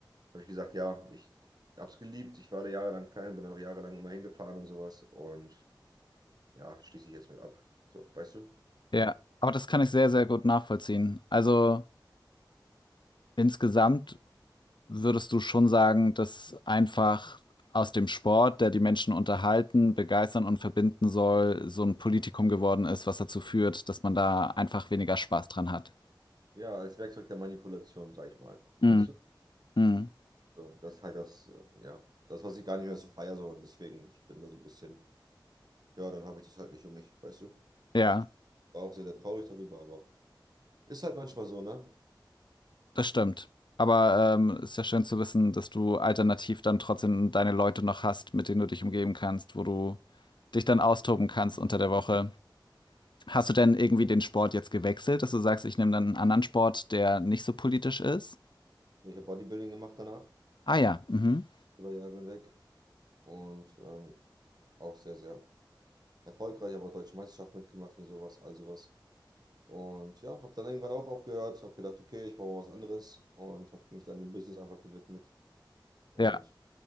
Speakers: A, on the right; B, on the left.
A: hab ich gesagt, ja, ich habe es geliebt. Ich war da jahrelang Fan, bin auch jahrelang immer hingefahren und sowas. Und ja, schließe ich jetzt mit ab. So, weißt du?
B: Ja, aber das kann ich sehr, sehr gut nachvollziehen. Also insgesamt würdest du schon sagen, dass einfach aus dem Sport, der die Menschen unterhalten, begeistern und verbinden soll, so ein Politikum geworden ist, was dazu führt, dass man da einfach weniger Spaß dran hat?
A: Ja, als Werkzeug der Manipulation, sag ich mal.
B: Mhm.
A: Weißt du?
B: Mhm.
A: So, das ist halt das, äh, ja, das, was ich gar nicht mehr so feier, so. Und deswegen, ich bin da so ein bisschen, ja, dann habe ich das halt nicht um mich, weißt du?
B: Ja,
A: War auch sehr, sehr traurig darüber, aber ist halt manchmal so, ne?
B: das stimmt. Aber ähm, ist ja schön zu wissen, dass du alternativ dann trotzdem deine Leute noch hast, mit denen du dich umgeben kannst, wo du dich dann austoben kannst unter der Woche. Hast du denn irgendwie den Sport jetzt gewechselt, dass du sagst, ich nehme dann einen anderen Sport, der nicht so politisch ist?
A: Ich habe Bodybuilding gemacht danach,
B: Ah ja, mhm.
A: über Jahre hinweg. Und ähm, Auch sehr, sehr erfolgreich, aber Deutsche Meisterschaft mitgemacht und sowas, all sowas. Und ja, habe dann irgendwann auch aufgehört, habe gedacht, okay, ich brauche was anderes und habe mich dann dem Business einfach gewidmet. Und
B: Ja,